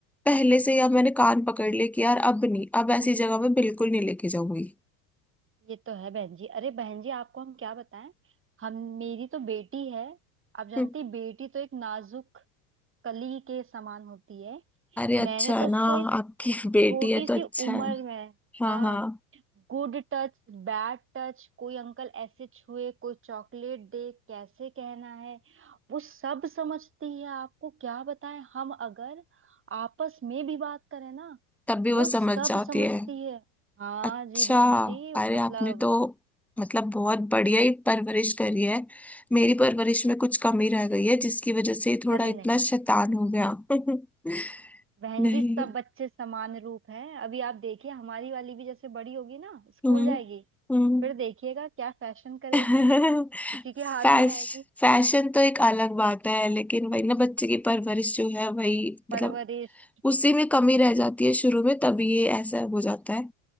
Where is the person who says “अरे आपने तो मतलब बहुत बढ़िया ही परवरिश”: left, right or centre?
Centre